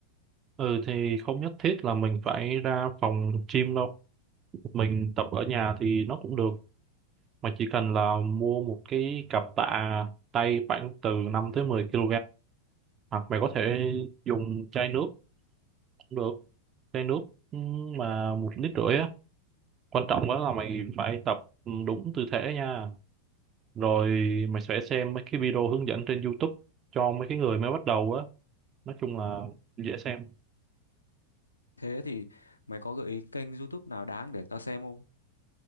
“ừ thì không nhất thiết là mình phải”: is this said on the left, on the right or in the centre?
Right